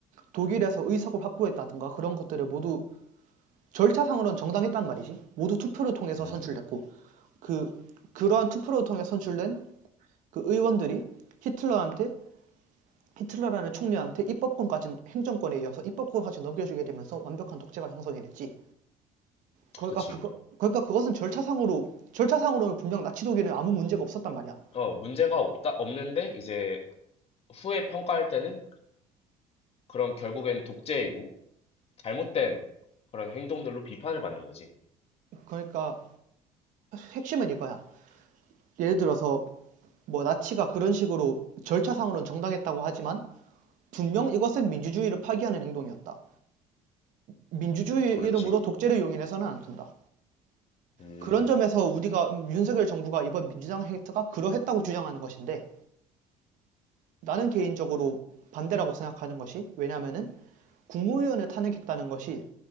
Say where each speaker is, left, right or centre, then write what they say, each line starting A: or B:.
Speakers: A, on the right; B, on the left.
A: 독일에서 의석을 확보했다든가 그런 것들을 모두 절차상으로는 정당했단 말이지. 모두 투표를 통해서
B: 음,
A: 선출됐고 그 그러한 투표를 통해 선출된 그 의원들이 히틀러한테 히틀러라는 총리한테 입법권까지 행정권에 이어서 입법권까지 넘겨주게 되면서 완벽한 독재가 형성이 됐지. 그러니까
B: 그치.
A: 그거 그러니까 그것은 절차상으로 절차상으로는 분명 나치 독일은 아무 문제가 없었단 말이야.
B: 어, 문제가 없다, 없는데 이제 후에 평가할 때는 그럼 결국엔 독재이고 잘못된 그런 행동들로 비판을 받는 거지.
A: 그러니까 핵심은 이거야. 예를 들어서 뭐 나치가 그런 식으로 절차상으로는 정당했다고 하지만 분명 이것은 민주주의를 파기하는 행동이었다. 민주주의
B: 그렇지.
A: 이름으로 독재를 용인해서는 안 된다.
B: 음,
A: 그런 점에서 우리가 음, 윤석열 정부가 이번 민주당 행태가 그러했다고 주장하는 것인데 나는 개인적으로 반대라고 생각하는 것이 왜냐하면은 국무위원을 탄핵했다는 것이